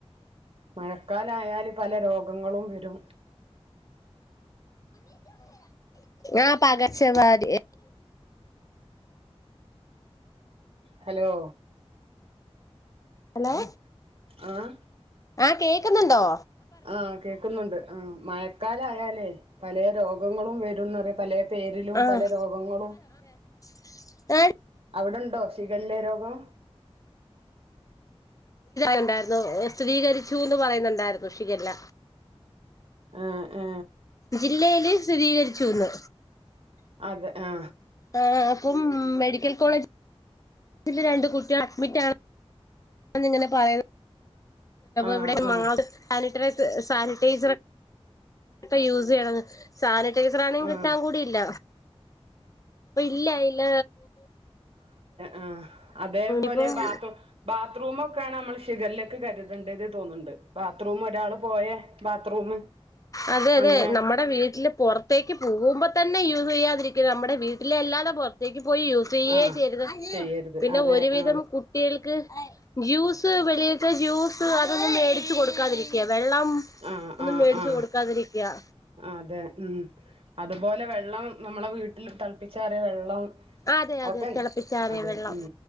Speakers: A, on the right (about 65°); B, on the left (about 35°).
A: മഴക്കാലായല് പല രോഗങ്ങളും വരും.
B: ആ പകർച്ച വ്യാധി.
A: ഹലോ
B: ഹലോ
A: ആഹ്
B: ആ കേക്കുന്നുണ്ടോ?
A: ആഹ് കേക്കുന്നുണ്ട്. ആ മഴക്കാലയാലേ പലേ രോഗങ്ങളും വെരൂന്ന് പറയാ പലേ പേരിലും
B: ആഹ്
A: പല രോഗങ്ങളും
B: <unintelligible>
A: അവിടുണ്ടോ ഷിഗല്ലെ രോഗം?
B: ഉണ്ടായിരുന്നു സ്ഥിരീകരിച്ചുന്ന് പറയുന്നുണ്ടായിരുന്നു ഷിഖല്ല
A: ആ ആ
B: ജില്ലയില് സ്ഥിരീകരിച്ചുന്ന്
A: അതെ ആ
B: ആ അപ്പം മെഡിക്കൽ കോളേജ് രണ്ട കുട്ടികൾ അഡ്മിറ്റ ആണന്നിങ്ങനെ പറയുന്ന
A: ആഹ്
B: ഇവിടെ
A: ആഹ്
B: മാ സാനിറ്റൈസർ സാനിറ്റൈസർക്കെ യൂസ് ചെയ്യണംന് സാനി <unintelligible>
A: ആഹ്
B: കിട്ടാൻ കൂടിയില്ല ഇല്ല ഇല്ല
A: ആ അതേപോലെ
B: ഇപ്പം
A: ബാത് ബാത്റൂമൊക്കെയാണ് നമ്മൾ ഷിഗല്ല കരുതണ്ട തോന്നുന്നുണ്ട് ബാത്റൂം ഒരാള് പോയ ബാത്റൂം
B: അതെ അതെ
A: അങ്ങനെ
B: നമ്മുടെ വീട്ടില് പുറത്തേക്ക് പോകുമ്പോ തന്നെ യൂസ് ചെയ്യാതിരിക്കും നമ്മുടെ വീട്ടിലെ അല്ലാതെ പുറത്തേക്കും പോയി യൂസ് ചെയ്യേ
A: ആഹ്
B: ചെയ്യരുത്
A: ചെയ്യരുത്
B: പിന്നെ
A: അതെ
B: ഒരുവിധം
A: ആഹ്
B: കുട്ടികൾക്ക് ജ്യൂസ് വെളിയിൽത്തെ ജ്യൂസ് അതൊന്നും മേടിച്ച്ച് കൊടുക്കാതിരിക്ക വെള്ളം
A: ആഹ്
B: ഒന്നും
A: ആഹ്
B: മേടിച്ചച്ച്
A: ആഹ്
B: കൊടുക്കാതിരി യാ
A: അതെ ഉം അതുപോലെ വെള്ളം നമ്മളെ വീട്ടിൽ തിളപ്പിച്ചാറിയ വെള്ളം
B: അതെ അതെ
A: ഒക്കെ
B: തിളപ്പിച്ചാറിയ
A: അതെ
B: വെള്ളം
A: ഉം